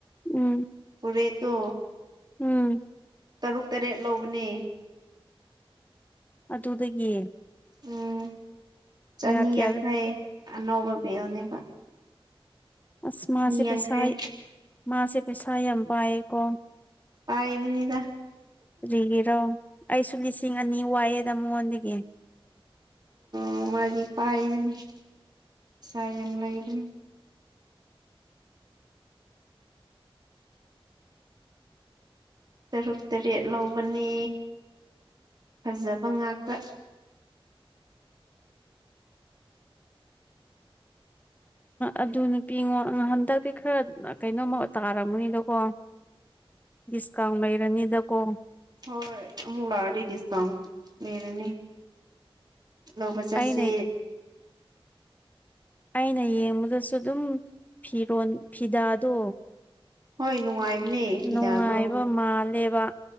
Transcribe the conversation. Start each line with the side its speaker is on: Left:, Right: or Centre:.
Left: ꯎꯝ
Right: ꯄꯨꯔꯦꯠꯇꯣ
Left: ꯎꯝ
Right: ꯇꯔꯨꯛ ꯇꯔꯦꯠ ꯂꯧꯕꯅꯦ
Left: ꯑꯗꯨꯗꯒꯤ
Right: ꯎꯝ ꯆꯅꯤ
Left: ꯀꯌꯥ ꯀꯌꯥ
Right: ꯌꯥꯡꯈꯩ ꯑꯅꯧꯕ ꯄꯤꯕꯅꯦꯕ
Left: ꯑꯁ ꯃꯥꯁꯦ
Right: ꯌꯥꯡꯈꯩ
Left: ꯄꯩꯁꯥ ꯃꯥꯁꯦ ꯄꯩꯁꯥ ꯌꯥꯝ ꯄꯥꯏꯌꯦꯀꯣ
Right: ꯄꯥꯏꯕꯅꯤꯗ
Left: ꯀꯔꯤꯒꯤꯔꯣ ꯑꯩꯁꯨ ꯂꯤꯁꯤꯡ ꯑꯅꯤ ꯋꯥꯏꯑꯦꯗ ꯃꯉꯣꯟꯗꯒꯤ
Right: ꯑꯣ ꯃꯥꯗꯤ ꯄꯥꯏꯕꯅꯤ ꯄꯩꯁꯥ ꯌꯥꯝ ꯂꯩꯕꯅꯤ ꯇꯔꯨꯛ ꯇꯔꯦꯠ ꯂꯧꯕꯅꯦ ꯐꯖꯕ ꯉꯥꯛꯇ
Left: ꯑꯗꯨ ꯅꯨꯄꯤ ꯉꯣ ꯍꯟꯗꯛꯇꯤ ꯈꯔ ꯀꯩꯅꯣꯝꯃ ꯇꯥꯔꯝꯃꯅꯤꯗꯀꯣ ꯗꯤꯁꯀꯥꯎꯟ ꯂꯩꯔꯅꯤꯗꯀꯣ
Right: ꯍꯣꯏ ꯑꯃꯨꯛ ꯂꯥꯛꯑꯗꯤ ꯗꯤꯁꯀꯥꯎꯟ ꯂꯩꯔꯅꯤ ꯂꯧꯕ ꯆꯠꯁꯦ
Left: ꯑꯩꯅ ꯑꯩꯅ ꯌꯦꯡꯕꯗꯁꯨ ꯑꯗꯨꯝ ꯐꯤꯔꯣꯟ ꯐꯤꯗꯥꯗꯣ
Right: ꯍꯣꯏ ꯅꯨꯡꯉꯥꯏꯕꯅꯦ ꯐꯤꯗꯥꯗꯣ
Left: ꯅꯨꯡꯉꯥꯏꯕ ꯃꯥꯜꯂꯦꯕ